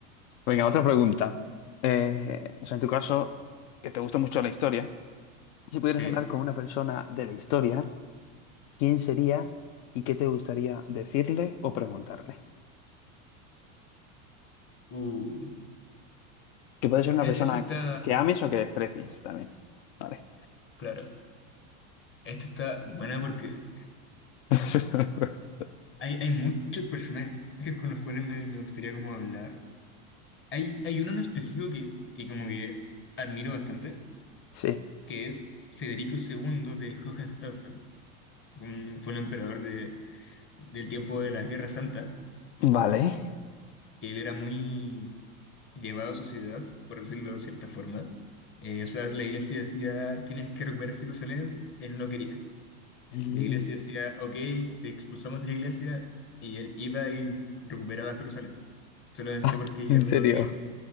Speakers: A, on the left; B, on the left.
A: Venga, otra pregunta. Eh, o sea, en tu caso, que te gusta mucho la historia, si pudieras
B: Sí,
A: hablar con una persona de la historia, ¿quién sería y qué te gustaría decirle o preguntarle?
B: uh,
A: Que puede ser una
B: e-
A: persona
B: eso está
A: que ames o que desprecies también. Vale.
B: claro, esta está buena porque
A: <laughs>
B: hay, hay muchos personajes con los cuales me, me gustaría como hablar. Hay, hay uno en específico que, que como que admiro bastante
A: Sí.
B: que es Federico II de Hohenstaufen. Un- fue un emperador de, del tiempo de la Guerra Santa,
A: Vale.
B: que él era muy llevado a sus ideas, por decirlo de cierta forma. Eh, o sea, la iglesia decía, tienes que recuperar Jerusalén, él no quería.
A: Mm.
B: La iglesia decía,
A: <laughs>
B: ok, te expulsamos de la iglesia, y él iba y recuperaba Jerusalén, solamente
A: Ah,
B: porque
A: ¿En
B: ya no
A: serio?
B: lo querían.